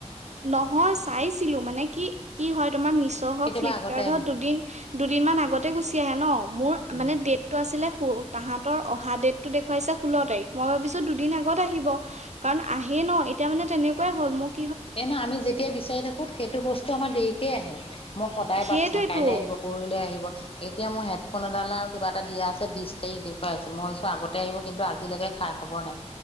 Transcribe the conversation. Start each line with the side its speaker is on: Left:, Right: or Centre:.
Right: নহয় চাইছিলো মানে কি, কি হয়? তোমাৰ মিছ' হক
Left: কেতিয়াবা
Right: ফ্লিপকাৰ্ত
Left: আগতে আহে।
Right: হত দুদিন - দুদিনমান আগতে গুচি আহে ন, মোৰ
Left: উম,
Right: মানে ডেটটো আছিলে <unintelligible> তাহাঁতৰ অহা ডেট টো দেখুৱাইছে ষোল্ল তাৰিখ, মই ভাবিছো দুদিন আগত আহিব, কাৰণ আহে ন এতিয়া মানে তেনেকুৱাই হ'ল, মোক
Left: এ নহ আমি যেতিয়াই বিচাৰি থাকো সেইটো বস্তু আমাৰ দেৰিকে আহে। মই সদায়
Right: সেইটোৱেতো
Left: বাত চাওঁ কাইলৈ আহিব, পৰহিলৈ আহিব। এতিয়া মোৰ হেডফোন এডালে আৰু কিবা এটা দিয়া আছে বিছ তাৰিখ দেখুৱাই আছে, মই ভাবিছোঁ আগতে আহিব কিন্তু আজিলৈকে খাই খবৰ নাই।